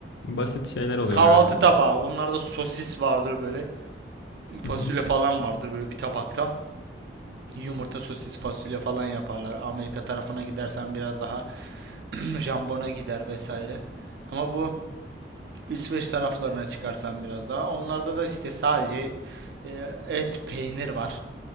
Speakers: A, on the left; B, on the right.
A: Basit şeyler oluyor
B: kahvaltı
A: galiba.
B: tabağı. Onlarda sosis vardır böyle, fasulye
A: Hı hı.
B: falan vardır böyle bir tabakta. Yumurta, sosis, fasulye falan yaparlar. Amerika tarafına gidersen biraz daha <clears throat> jambona gider vesaire. Ama bu İsveç taraflarına çıkarsan biraz daha. Onlarda da işte sadece e, et, peynir var.